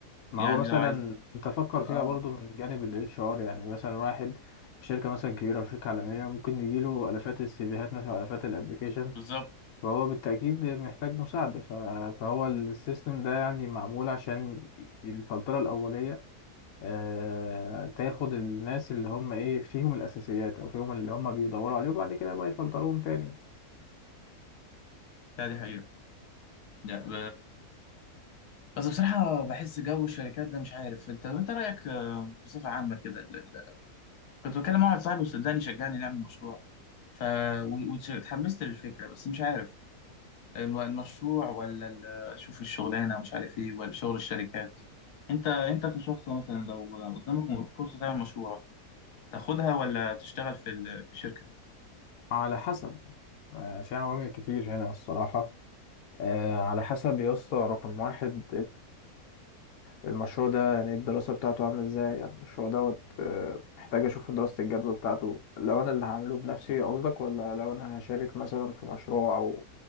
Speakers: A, on the left (about 70°); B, on the left (about 80°).
A: ما
B: يعني
A: هو مثلا
B: لو عايزين
A: انت فكر
B: اه
A: فيها برضو من جانب الاتش ار يعني مثلا واحد شركة مثلا كبيرة أو شركة عالمية ممكن يجيله آلافات السيفيهات مثلا أو آلافات الابلكيشنز
B: بالظبط
A: فهو بالتأكيد محتاج مساعدة ف- فهو السيستم ده يعني معمول عشان الفلترة الأولية آه، تاخد الناس اللي هم إيه فيهم الأساسيات أو فيهم اللي هم بيدوروا عليه وبعد كده بقى يفلتروهم تاني
B: لا دي حقيقه لا ب... بس بصراحه بحس جو الشركات ده مش عارف انت انت رايك آه، بصفه عامه كده ال- ال- كنت بكلم مع واحد صاحبي وصدقني شجعني نعمل مشروع ف واتحمست للفكره بس مش عارف الم- المشروع ولا ال- شوف الشغلانة مش عارف ايه ولا شغل الشركات انت انت كشخص مثلا لو قدامك فرصة تعمل مشروع تاخدها ولا تشتغل في ال... في شركة
A: على حسب آه، في عوامل كتير هنا الصراحة آه، على حسب يا اسطى رقم واحد المشروع ده يعني الدراسة بتاعته عاملة ازاي يعني المشروع دوت آه، محتاج اشوف دراسة الجدوى بتاعته لو انا اللي هعمله بنفسي
B: مم.
A: قصدك ولا لو انا هشارك مثلا في مشروع او